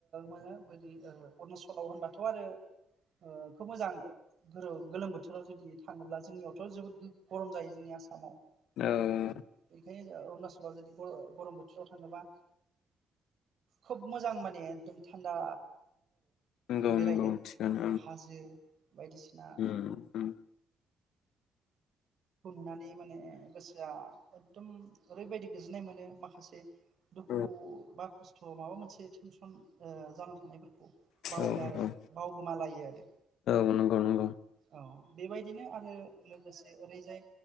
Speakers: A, on the right (about 60°); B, on the left (about 75°).
A: ओ बेदि अरुणचलाव होनबा थ' आरो ओ खोब मोजां गो -गोलोम बोथोराव जुदि थाङोब्ला जोंनियावथ' जोबोद गरम जायो जोंनि आसामाव।
B: <inaudible>
A: उम बेखायनो अरुणाचलाव जुदि ग गरम बोथोराव थाङोबा खोब मोजां माने एखदम थान्दा
B: नंगौ
A: बेरायनो
B: नंगौ थिगानो
A: ओ हाजो बायदिसिना
B: ओं उम उम
A: खौ नुनानै माने गोसोआ एकदम ओरैबायदि गोजोननाय मोनो माखासे दुखु
B: औ
A: बा खस्थ ओ माबा मोनसे टेनसन ओ जाना थानायफोर बावगारो
B: औ औ
A: बावगोमालायो आरो
B: औ नंगौ नंगौ
A: औ बेेबाय बिदिनो आरो लोगोसे ओरैजाय